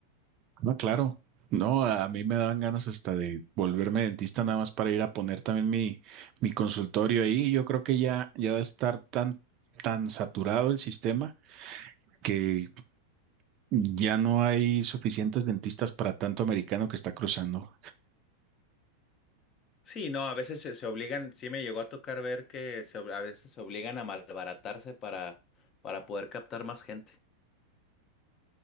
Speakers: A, on the right (about 40°); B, on the left (about 35°).
A: No, claro. No, a a mí me dan ganas hasta de volverme dentista nada más para ir a poner también mi, mi consultorio ahí. Yo creo que ya, ya de estar tan, tan saturado el sistema que ya no hay suficientes dentistas para tanto americano que está cruzando.
B: Sí, no, a veces se, se obligan, sí me llegó a tocar ver que se ob- a veces se obligan a malbaratarse para, para poder captar más gente